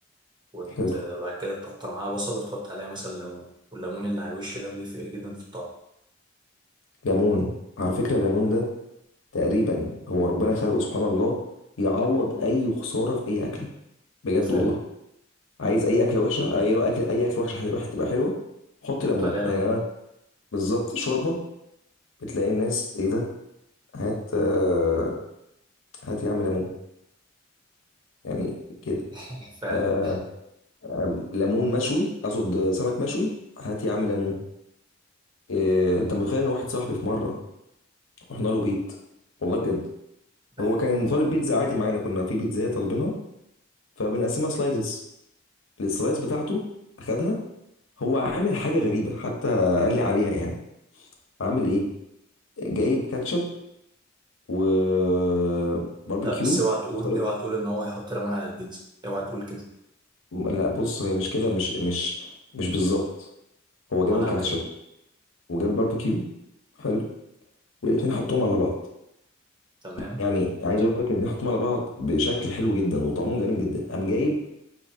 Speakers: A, on the right (about 25°); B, on the left (about 80°).
A: وت-
B: حلو
A: وبعد كده تقطع معاها بصل وتحط عليها مثلا ليمون والليمون اللي على الوش ده بيفرق جدا في الطعم
B: ليمون على فكره الليمون ده تقريبا هو ربنا خلقه سبحان الله يعوض اي خساره في اي اكله بجد
A: فعلا
B: والله عايز اي اكله وحشه اي اكل اي اكل وحشه هتبقى هتبقى حلوه حط ليمون
A: حط عليها ليمون
B: يعني انا بالظبط شوربه بتلاقي الناس ايه ده هات آه، هات يا عم ليمون يعني كده
A: <laughs> فعلا
B: آه، آم، ليمون مشوي اقصد سمك مشوي هات يا عم ليمون إيه، انت متخيل ان واحد صاحبي في مره رحنا له بيت والله بجد
A: ايوه
B: هو كان طالب بيتزا عادي معانا كنا في بيتزا طالبينها فبنقسمها سلايزز السلايز بتاعته اخدها هو عامل حاجه غريبه حتى قال لي عليها يعني عامل ايه جايب كاتشب وباربيكيو
A: لا بس اوعى تقول
B: وخلاص
A: اوعى تقول ان هو هيحط ليمون على البيتزا اوعى تقول كده
B: لا بص هي مش كده مش مش مش بالظبط هو
A: امال
B: جاب الكاتشب
A: عمل ايه
B: وجاب الباربيكيو حلو والاتنين حطهم على بعض
A: تمام
B: يعني عايز اقول لك الاتنين حطهم على بعض بشكل حلو جدا وطعمهم جميل جدا قام جايب